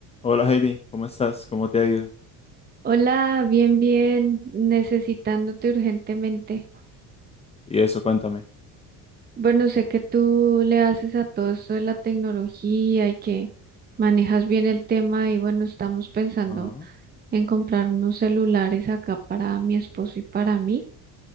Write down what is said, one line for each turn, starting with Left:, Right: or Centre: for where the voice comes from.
Left: Hola Heidi, ¿cómo estás? ¿Cómo te ha ido?
Right: Hola, bien, bien, necesitándote urgentemente.
Left: Y eso, cuéntame.
Right: Bueno, sé que tú le haces a todo esto de la tecnología y que manejas bien el tema y bueno, estamos pensando
Left: Ajá,
Right: en comprar unos celulares acá para mi esposo y para mí.